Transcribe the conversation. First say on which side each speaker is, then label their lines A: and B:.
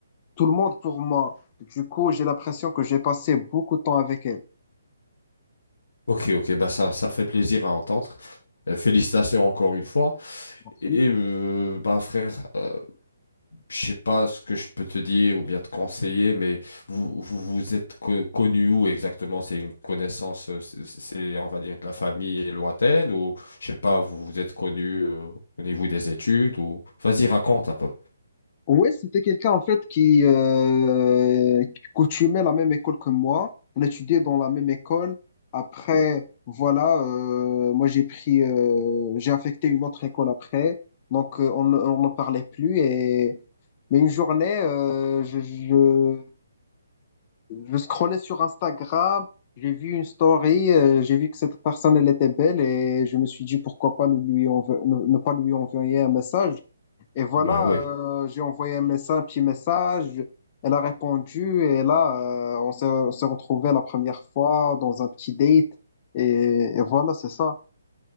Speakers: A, on the left (about 35°); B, on the left (about 70°).
A: tout le monde pour moi. Du coup, j'ai l'impression que j'ai passé beaucoup de temps avec elle.
B: Ok, ok, bah ça, ça fait plaisir à entendre. Euh, Félicitations encore une fois.
A: Merci.
B: Et euh, bah frère, euh, je sais pas ce que je peux te dire ou bien te conseiller, mais vous vous, vous êtes co- connu où exactement? C'est une connaissance, euh, c'est, c'est, on va dire, de la famille lointaine ou je sais pas, vous vous êtes connu euh, au niveau des études ou... Vas-y, raconte un peu.
A: Ouais, c'était quelqu'un en fait qui, euh, qui coutumait la même école que moi. On étudiait dans la même école. Après, voilà, euh, moi j'ai pris, euh, j'ai affecté une autre école après. Donc euh, on, ne- on ne parlait plus. Et... Mais une journée, euh, je, je, je scrollais sur Instagram, j'ai vu une story, euh, j'ai vu que cette personne elle était belle et je me suis dit pourquoi pas ne lui envo- ne, ne pas lui envoyer un message. Et voilà,
B: Ouais, ouais.
A: euh, j'ai envoyé un message, un petit message. Elle a répondu et là, euh, on s'est, on s'est retrouvés la première fois dans un petit date. Et, et voilà, c'est ça.